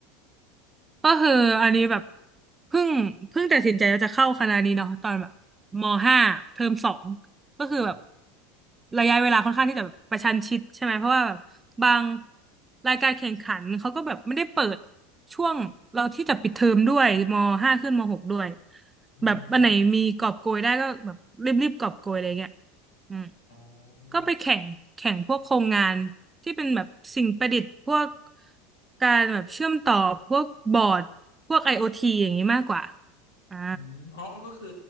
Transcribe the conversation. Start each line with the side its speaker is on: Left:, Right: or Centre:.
Right: ก็คืออันนี้แบบเพิ่งเพิ่งตัดสินใจว่าจะเข้าคณะนี้เนาะตอนแบบมห้าเทอมสองก็คือแบบ
Left: อ๋อ
Right: ระยะเวลาค่อนข้างที่จะแบบประชันชิดใช่ไหมเพราะว่าแบบบางรายการแข่งขันเขาก็แบบไม่ได้เปิดช่วงเราที่จะปิดเทอมด้วยมห้าขึ้นมหกด้วย
Left: อืมครับ
Right: แบบวันไหนมีกอบโกยได้ก็แบบรีบๆกอบโกยอะไรเงี้ย อืม
Left: อ๋อ
Right: ก็ไปแข่งแข่งพวกโครงงานที่เป็นแบบสิ่งประดิษฐ์พวกการแบบเชื่อมต่อพวกบอร์ดพวก IoT อโอทีอย่างนี้มากกว่าอ่า
Left: อืมอ๋ออ๋อก็คือ